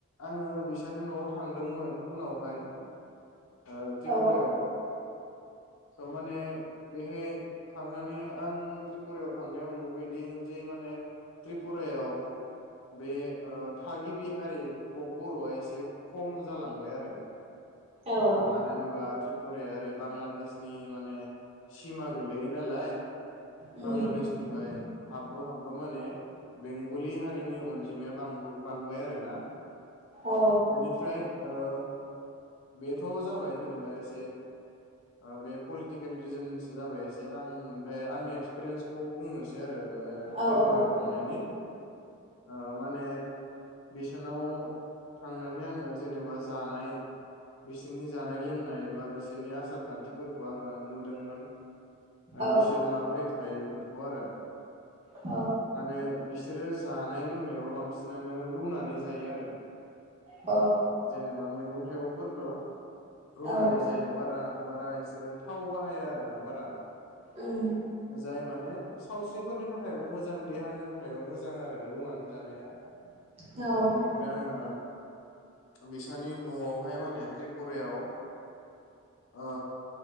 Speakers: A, on the left (about 75°); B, on the right (about 30°).
A: आङो बिसानि नवाव थांदोंमोन उनावहाय ओ त्रिपुरायाव।
B: औ
A: स' माने बेहाय थांनानै आं त्रिपुरायाव थांनायाव नुहैदिं जे माने त्रिपुरायाव बे ओ थागिबि हारि ककबर'आ एसे खम जालांबाय आरो ओ
B: औ
A: मानो होनबा त्रिपुराया ओरै बांलादेश नि माने सिमा गोलैयो नालाय।
B: उम
A: बांलादेशनिफ्राय
B: उम उम
A: हाबबो हाबबो माने बेंगलि हारिनि अनजिमाया बांबो बांबाय आरोना।
B: औ
A: एनिफ्राय ओ <inaudible> बेथ' जाबाय जेनेबा एसे ओ बे पलिटिकेल रिजोनसो जाबाय एसे आं ओमफ्राय आंनि एक्सपिरियेन्सखौ बुंनोसै आरो। ओ
B: औ
A: त्रिपुरायाव
B: औ
A: थांनायनि ओ माने बिसानाव थांनानै आङो जेनोबा जानाय बिसोरनि जानाय लोंनाय बा बिसोरनि आसार खान्थिफोरखौ आङो नुदोंमोन ओ
B: औ
A: बिसोर माबोरै थायो बेफोर खौ आरो।
B: औ
A: माने बिस सोरो जानाय लोंनायाव‌ बांसिनानो रूनानै जायो आरो
B: औ
A: जेनोबा मैगं थायगं फोरखौ रुनानै
B: औ
A: जायो बारा बारा इसोरो थाव बाहाया आरोना बारा।
B: उम
A: जाय माने सावस्रिफोरनि थाखायबा मोजां देहानि थाखायबा मोजां आरो रुवानि जानाया।
B: औ
A: ओमफ्राय आङो बिसानि न'आव ओहाय माने त्रिपुरायाव ओ